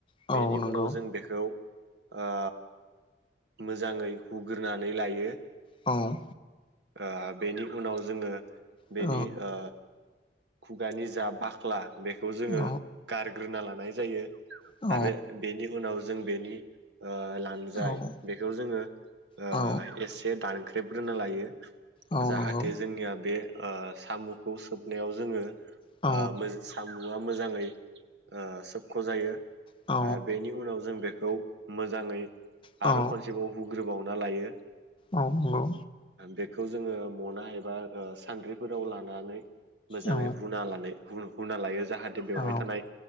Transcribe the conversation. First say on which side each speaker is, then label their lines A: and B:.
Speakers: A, on the left; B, on the right.
A: औ
B: बेनि
A: नंगौ
B: उनाव जों बेखौ ओ मोजाङै हुग्रोनानै लायो
A: औ
B: ओ बेनि उनाव जोङो
A: औ
B: बेनि ओ खुगानि जा बाख्ला बेखौ जोङो
A: औ
B: गारग्रोना लानाय जायो।
A: औ
B: आरो बेनि उनाव जों बेनि ला जाय
A: औ
B: बेखौ जोङो ओ
A: औ
B: एसे दानख्रेबग्रोना लायो
A: औ
B: जाहाथे
A: नंगौ
B: जोंनिया बे ओ साम'खौ सोबनायाव जोङो
A: औ
B: ओ साम'आ मोजाङै ओ सोबख' जायो
A: औ
B: बेनि उनाव जों बेखौ मोजाङै
A: औ
B: आरो खनसेबाव हुग्रोबावना लायो
A: औ नंगौ
B: बे खौ जोङो मना एबा सान्द्रिफोराव लानानै मोजाङै
A: औ
B: हुना लानाय हु हुना लायो जाहाथे बेवहाय
A: औ
B: थानाय